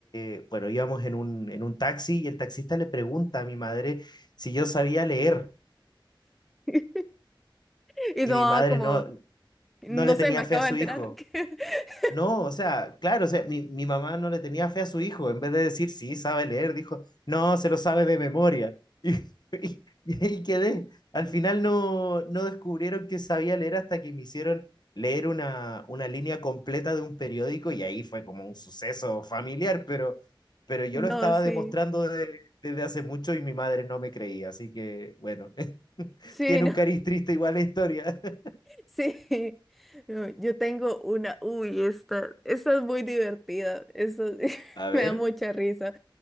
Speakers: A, on the left; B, in the centre.
A: eh, bueno, íbamos en un, en un taxi y el taxista le pregunta a mi madre si yo sabía leer
B: <laughs> Y su
A: y
B: mamá
A: mi madre
B: como,
A: no,
B: no
A: no le tenía
B: sé, me acabo
A: fe a su
B: de enterar.
A: hijo.
B: <laughs>
A: No, o sea, claro, o sea, mi, mi mamá no le tenía fe a su hijo. En vez de decir, sí, sabe leer, dijo, no, se lo sabe de memoria. <laughs> Y, y- y ahí quedé. Al final no, no descubrieron que sabía leer hasta que me hicieron leer una, una línea completa de un periódico y ahí fue como un suceso familiar, pero, pero yo
B: No,
A: lo estaba
B: sí.
A: demostrando de- desde hace mucho y mi madre no me creía. Así que, bueno, <laughs>
B: Sí,
A: tiene
B: no,
A: un cariz triste igual la historia. <laughs>
B: <laughs> sí. No, yo tengo una, uy, esta, esta es muy divertida. Esta <laughs>
A: A ver.
B: me da mucha risa.